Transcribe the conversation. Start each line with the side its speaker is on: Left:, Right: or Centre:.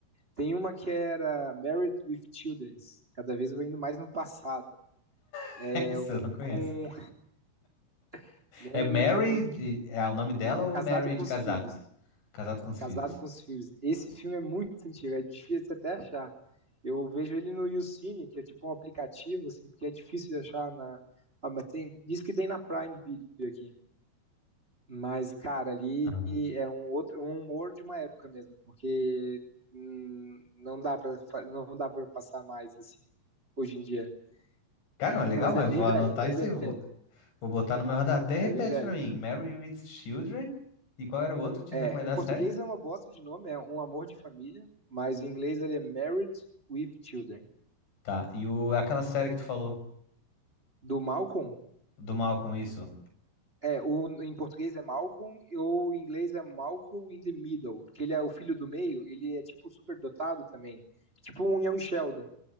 Right: tem uma que era Married with Children. Cada vez eu vou indo mais no passado.
Left: <laughs>
Right: É
Left: Essa
Right: eu
Left: eu não conheço.
Right: com <laughs> Married
Left: É Mary,
Right: with
Left: de- é o nome dela ou
Right: Casado
Left: Mary
Right: com
Left: de
Right: os
Left: casado?
Right: Filhos.
Left: Casado com os
Right: Casado
Left: filhos.
Right: com os Filhos. Esse filme é muito antigo, é difícil até achar. Eu vejo ele no YouCine, que é tipo um aplicativo, assim, porque é difícil de achar na. Ah, mas tem, diz que tem na Prime Video aqui. Mas, cara, ali
Left: Aham.
Right: é um outro, um humor de uma época mesmo, porque hum, não dá pra, fa- não dá para passar mais assim hoje em dia.
Left: Cara,
Right: <laughs>
Left: é legal,
Right: Mas
Left: mas
Right: é bem
Left: vou anotar
Right: velho, é
Left: isso
Right: bem
Left: aí, vou,
Right: velho,
Left: vou botar no meu radar. Até repete
Right: é bem velho.
Left: pra mim, Mary with Children? E qual era o outro que tinha
Right: É,
Left: recomendado
Right: em português
Left: a série?
Right: é uma bosta de nome, é Um Amor de Família, mas em inglês ele é Married with Children.
Left: Tá, e o, aquela série que tu falou,
Right: Do Malcolm,
Left: do mal com isso?
Right: é, o, em português é Malcolm, ou em inglês é Malcolm in the Middle, porque ele é o filho do meio, ele é tipo superdotado também, tipo um Young Sheldon.